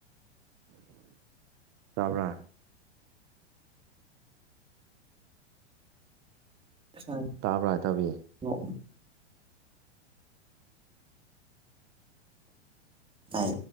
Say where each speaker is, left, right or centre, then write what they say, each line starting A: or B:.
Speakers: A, on the right; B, on the right.
A: ꯆꯥꯕ꯭ꯔꯥ
B: ꯑ
A: ꯇꯥꯕ꯭ꯔꯥ ꯍꯥꯏ ꯇꯥꯕꯤꯌꯦ
B: ꯑꯣ ꯍꯥꯏ